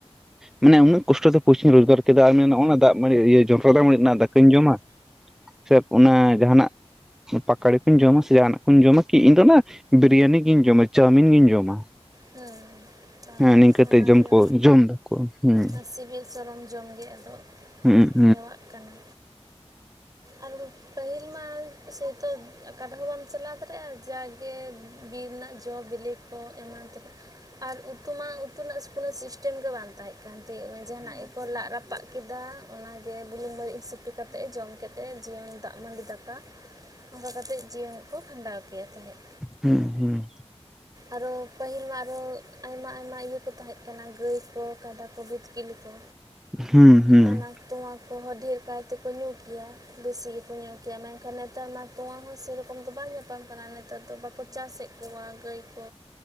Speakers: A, in the centre; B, on the right (about 35°).
A: ᱢᱟᱱᱮ ᱩᱱᱟᱹᱜ ᱠᱚᱥᱴᱚ ᱛᱮ ᱯᱚᱭᱥᱟᱧ ᱨᱡᱽᱜᱟᱨ ᱠᱮᱫᱟ ᱟᱨ ᱚᱱᱟ ᱫᱟᱜ ᱢᱟᱱᱮ ᱤᱭᱟᱹ ᱡᱚᱱᱰᱨᱟ ᱢᱟᱰᱤ ᱨᱮᱱᱟᱜ ᱫᱟᱠᱟᱧ ᱡᱚᱢᱟ ᱥᱮ ᱚᱱᱟ ᱡᱟᱦᱟᱱᱟᱜ, ᱯᱟᱠᱟᱲᱤ ᱠᱚᱧ ᱡᱚᱢᱟ ᱥᱮ ᱡᱟᱦᱟᱱᱟᱜ ᱠᱩᱧ ᱡᱚᱢᱟ ᱠᱤ ᱤᱧ ᱫᱚ ᱚᱱᱟ ᱵᱤᱨᱤᱭᱟᱱᱤ ᱜᱤᱧ ᱡᱚᱢᱟ ᱪᱟᱣᱢᱤᱱ ᱜᱤᱧ ᱡᱚᱢᱟ᱾
B: ᱦᱮᱸ ᱛᱟᱦᱚᱞᱮ
A: ᱦᱮᱸ ᱱᱤᱝᱠᱟᱹᱛᱮ
B: ᱟᱫᱚ ᱚᱱᱟ
A: ᱡᱚᱢ
B: ᱜᱮ,
A: ᱠᱚ ᱡᱚᱢ ᱫᱟᱠᱩ ᱦᱩᱸ,
B: ᱟᱨ ᱥᱤᱵᱤᱞ ᱥᱚᱨᱚᱢ ᱡᱚᱢ ᱜᱮ ᱟᱫᱚ
A: ᱦᱩᱸ
B: ᱦᱮᱣᱟᱜ ᱠᱟᱱᱟ᱾ ᱟᱞᱩ ᱯᱟᱹᱦᱤᱞ ᱢᱟ ᱥᱮᱭᱛᱚ ᱟᱠᱟᱛᱮᱦᱚ ᱵᱟᱢ ᱪᱟᱞᱟᱣ ᱫᱟᱨᱮᱜᱼᱟ ᱡᱟᱜᱮ ᱵᱤᱨ ᱨᱮᱱᱟᱜ ᱡᱚ ᱵᱤᱞᱤ, ᱠᱚ ᱮᱢᱟᱱ ᱛᱮᱱᱟᱜ ᱟᱨ ᱩᱛᱩᱢᱟ ᱩᱛᱩ ᱨᱮᱱᱟᱜ ᱠᱳᱱᱳ ᱥᱤᱥᱴᱮᱢ ᱜᱮ ᱵᱟᱝ ᱛᱟᱸᱦᱮᱜ ᱠᱟᱱᱛᱮ ᱡᱟᱦᱟᱱᱟᱜ ᱜᱮᱠᱚ ᱞᱟᱜ ᱨᱟᱯᱟᱜ ᱠᱮᱫᱟ ᱚᱱᱟᱜᱮ ᱵᱩᱞᱩᱝ ᱵᱟᱹᱲᱤᱡ ᱥᱤᱯᱤ ᱠᱟᱛᱮ ᱮ ᱡᱚᱢ ᱠᱮᱫ ᱛᱮ ᱡᱤᱭᱚᱱ ᱫᱟᱜ ᱢᱟᱹᱰᱤ ᱫᱟᱠᱟ ᱚᱱᱠᱟ ᱠᱟᱛᱮᱫ ᱡᱤᱭᱚᱱ ᱠᱚ ᱠᱷᱟᱸᱰᱟᱣ ᱠᱮᱟ ᱛᱟᱦᱮᱸᱫ᱾
A: ᱦᱩᱸ ᱦᱩᱸ,
B: ᱟᱨᱚ ᱯᱟᱹᱦᱤᱞ ᱢᱟ ᱟᱨᱚ ᱟᱭᱢᱟ ᱟᱭᱢᱟ ᱤᱭᱟᱹ ᱠᱚ ᱛᱟᱦᱮᱸ ᱠᱟᱱᱟ ᱜᱟᱹᱭ ᱠᱚ ᱠᱟᱰᱟ ᱠᱚ ᱵᱤᱛᱠᱤᱞ ᱠᱚ᱾
A: ᱦᱩᱸ ᱦᱩᱸ,
B: ᱚᱱᱟ ᱛᱚᱣᱟ ᱠᱚᱦᱚᱸ ᱰᱷᱮᱨ ᱠᱟᱭᱛᱮᱠᱚ ᱧᱩ ᱠᱮᱭᱟ ᱵᱮᱥᱤ ᱜᱮᱠᱚ ᱧᱩ ᱠᱮᱭᱟ ᱢᱮᱱᱠᱷᱟᱱ ᱱᱮᱛᱟᱨ ᱢᱟ, ᱛᱚᱸᱣᱟ ᱦᱚᱸ ᱥᱮᱨᱚᱠᱚᱢ ᱫᱚ ᱵᱟᱝ ᱧᱟᱯᱟᱢ ᱠᱟᱱᱟ ᱱᱮᱛᱟᱨ ᱫᱚ ᱵᱟᱠᱚ ᱪᱟᱥᱮᱫ ᱠᱚᱣᱟ ᱜᱟᱹᱭ ᱠᱚ᱾